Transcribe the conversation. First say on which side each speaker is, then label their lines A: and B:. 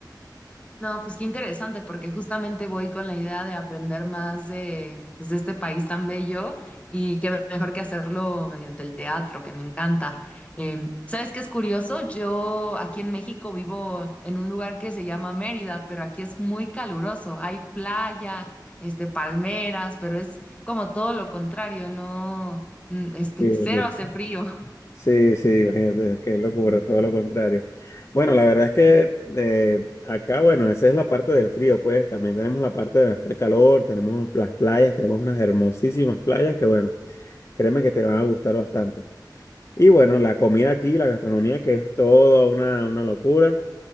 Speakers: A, on the left; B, on the left.
A: No, pues qué interesante, porque justamente voy con la idea de aprender más de, pues, de este país tan bello y qué mejor que hacerlo mediante el teatro, que me encanta. Eh, ¿sabes qué es curioso? Yo aquí en México vivo en un lugar que se llama Mérida, pero aquí es muy caluroso. Hay playa, este, palmeras, pero es como todo lo contrario, no, mm, este,
B: Sí,
A: <laughs> cero
B: sí.
A: hace frío.
B: Sí, sí, imagínate, qué locura, todo lo contrario. Bueno, la verdad es que eh, acá, bueno, esa es la parte del frío, pues también tenemos la parte de hacer calor, tenemos las playas, tenemos unas hermosísimas playas que, bueno, créeme que te van a gustar bastante. Y bueno, la comida aquí, la gastronomía, que es toda una, una locura.